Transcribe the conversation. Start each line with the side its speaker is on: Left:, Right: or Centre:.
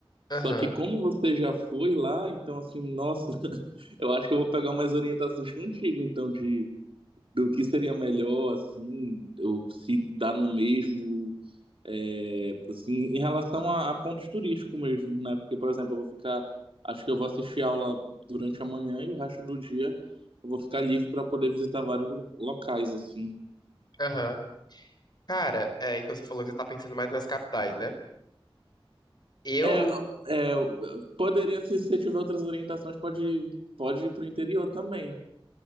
Left: Aham.
Right: Só que como você já foi lá, então, assim, nossa, <laughs> eu acho que eu vou pegar umas orientações contigo, então, de do que seria melhor, assim, ou se dá no mesmo, é, assim, em relação a, a pontos turísticos mesmo, né? Porque, por exemplo, eu vou ficar, acho que eu vou assistir aula durante a manhã e o resto do dia eu vou ficar livre para poder visitar vários lo- locais, assim.
Left: Aham. Cara, é, então você falou que você tá pensando mais nas capitais, né? Eu,
Right: É, é, poderia, se você tiver outras orientações, pode, pode ir para o interior também.